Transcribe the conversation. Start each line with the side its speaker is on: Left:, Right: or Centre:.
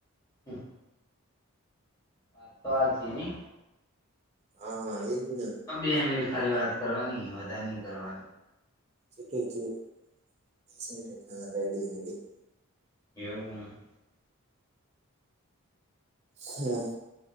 Left: હ <unintelligible> વાત તો વા જ ની
Right: હા હા એ જ ને
Left: બે મિનિટ ખાલી વાત કરવાની વધારે નહી કરવાની.
Right: શું કે છે દસ મિનિટ હા રેડી રડી
Left: એવું.
Right: હમ